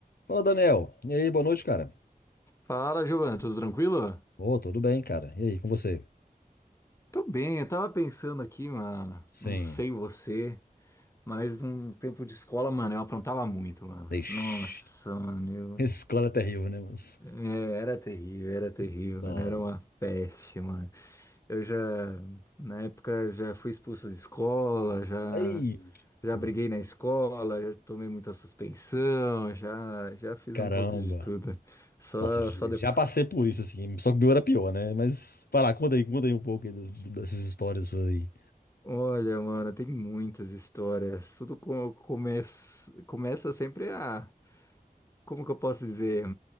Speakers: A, on the left (about 75°); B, on the left (about 20°).
A: Fala, Daniel. E aí, boa noite, cara.
B: Fala, Giovana, tudo tranquilo?
A: Ô, tudo bem, cara. E aí, com você?
B: Tô bem, eu tava pensando aqui, mano.
A: Sim.
B: Não sei você, mas num tempo de escola, mano, eu aprontava muito, mano.
A: Ixi.
B: Nossa, mano,
A: <laughs>
B: eu...
A: Escola é terrível, né, mas...
B: é, era terrível, era terrível,
A: Nossa.
B: mano. Era uma peste, mano. Eu já, na época, já fui expulso de escola, já,
A: Ai,
B: já
A: nossa.
B: briguei na escola, já tomei muita suspensão, já, já fiz
A: Caramba.
B: um pouco de tudo. Só,
A: Nossa, j-
B: só depois.
A: já passei por isso, assim. Só que o meu era pior, né? Mas, vai lá, conta aí, conta aí um pouco aí dos- dessas histórias suas aí.
B: Olha, mano, tem muitas histórias. Tudo co- começa, começa sempre a. Como que eu posso dizer?